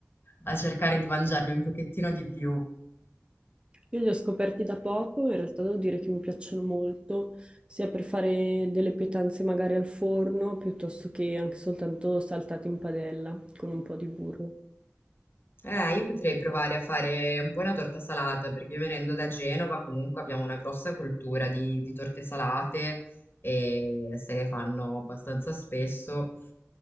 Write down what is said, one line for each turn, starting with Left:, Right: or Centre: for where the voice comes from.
Left: a cercare di mangiarli un pochettino di più.
Right: Io li ho scoperti da poco, in realtà devo dire che mi piacciono molto, sia per fare delle pietanze magari al forno, piuttosto che anche soltanto saltati in padella con un po' di burro.
Left: Eh, io potrei provare a fare un po' una torta salata, perché io venendo da Genova comunque abbiamo una grossa cultura di, di torte salate e se ne fanno abbastanza spesso,